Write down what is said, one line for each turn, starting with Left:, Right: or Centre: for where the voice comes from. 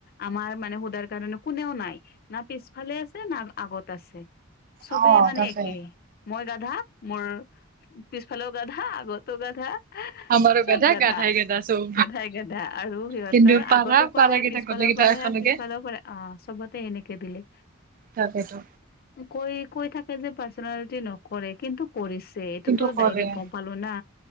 Left: আমাৰ মানে সোধাৰ কাৰণে কোনেও নাই না পিছফালে আছে না আগত আছে। চবে
Right: অ
Left: মানে
Right: তাকে
Left: একে মই গাধা মোৰ পিছফালেও গাধা আগতো গাধা।
Right: আমাৰো
Left: চব
Right: গেধা
Left: গাধা
Right: গাধাই গেধা চব
Left: গাধাই গাধা আৰু সিহঁতৰ
Right: কিন্তু পাৰা
Left: আগতো
Right: পাৰা
Left: পাৰে
Right: কেইটা
Left: পিছফালেও
Right: গোটেই কেইটা
Left: পাৰে
Right: একেলগে
Left: পিছফালেও পাৰে অ চবতে এনেকে দিলে
Right: তাকেইতো
Left: কৈ কৈ থাকে যে পাৰ্চনেলিটি নকৰে কিন্তু কৰিছে এইটোতো
Right: কিন্তু কৰে
Left: ডাইৰেক্ট গম পালো না।